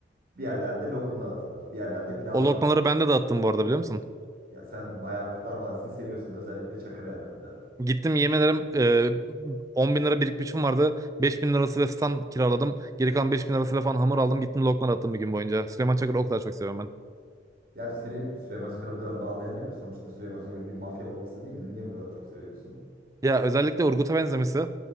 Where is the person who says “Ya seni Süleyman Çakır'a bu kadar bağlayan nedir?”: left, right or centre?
Right